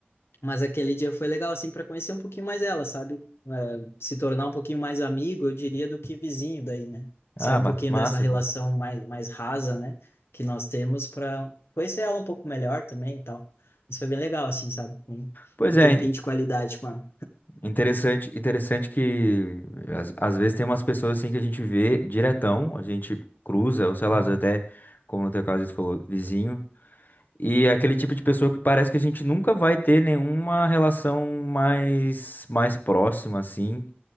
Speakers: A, on the left; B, on the left.
A: Mas aquele dia foi legal assim para conhecer um pouquinho mais ela, sabe? É, se tornar um pouquinho mais amigo, eu diria, do que vizinho daí, né?
B: Ah,
A: Sair um
B: ma-
A: pouquinho
B: massa,
A: dessa relação
B: pô.
A: mais, mais rasa, né? Que nós temos para conhecer ela um pouco melhor também e tal. Isso foi bem legal, assim, sabe? Um,
B: Pois
A: um
B: é,
A: tempinho de qualidade com ela.
B: Interessante, interessante que às, às vezes tem umas pessoas assim que a gente vê diretão, a gente cruza, ou sei lá,
A: Uhum,
B: às vezes até, como no teu caso você falou, vizinho, e é aquele
A: uhum,
B: tipo de pessoa que parece que a gente nunca vai ter nenhuma relação mais mais próxima assim,